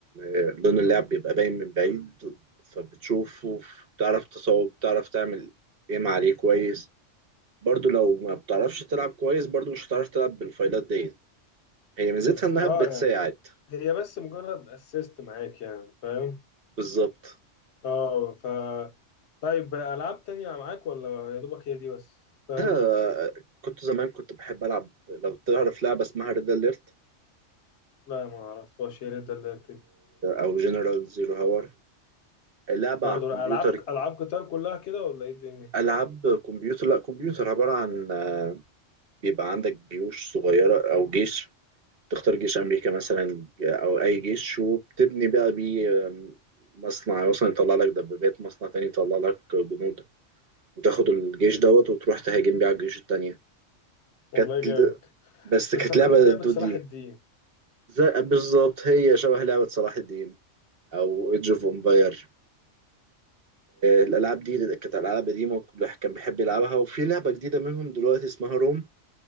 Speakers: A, on the right; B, on the left.
A: آه، لون اللعب بيبقى باين من بعيد فبتشوفه بتعرف تصوب بتعرف تعمل ايم عليه كويس برضو لو ما بتعرفش تلعب كويس برضو مش هتعرف تلعب بالفايلات ديت هي ميزتها
B: بس
A: انها
B: اه
A: بتساعد
B: يعني هي بس مجرد اسيست معاك يعني فاهم
A: بالظبط
B: اه ف طيب العاب تانية معاك ولا يا دوبك هي دي بس فاهم
A: ده آه، كنت زمان كنت بحب العب لو تعرف لعبة اسمها ريد اليرت
B: لا ما اعرفهاش يا ريت دلرتني
A: او جنرال زيرو هاور لعبة
B: برضه
A: على الكمبيوتر
B: العاب العاب قتال كلها كده ولا ايه الدنيا
A: العاب كمبيوتر لا كمبيوتر عبارة عن آه، بيبقى عندك جيوش صغيرة او جيش تختار جيش أمريكا مثلا أو أي جيش وبتبني بقى بيه آم، مصنع مثلا يطلع لك دبابات مصنع تاني يطلع لك جنود وتاخد الجيش دوت وتروح تهاجم بيه على الجيوش التانية
B: والله
A: كانت
B: جامد
A: بس
B: بتفكرني
A: كانت لعبة
B: بلعبة
A: ضد
B: صلاح
A: دي
B: الدين
A: زي بالظبط هي شبه لعبة صلاح الدين أو ايدج اوف امباير الألعاب دي كانت ألعاب قديمة الواحد كان بيحب يلعبها وفي لعبة جديدة منهم دلوقتي اسمها روم